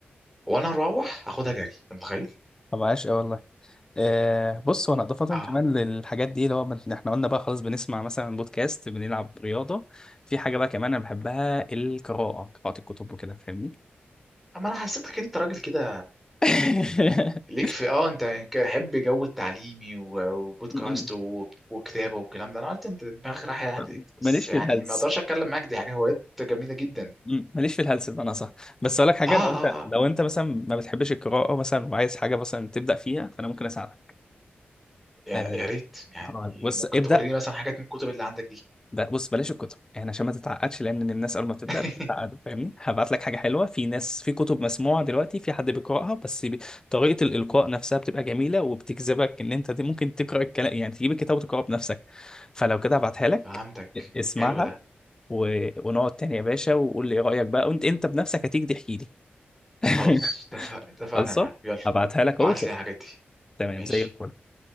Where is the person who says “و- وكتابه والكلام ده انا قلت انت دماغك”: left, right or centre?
Centre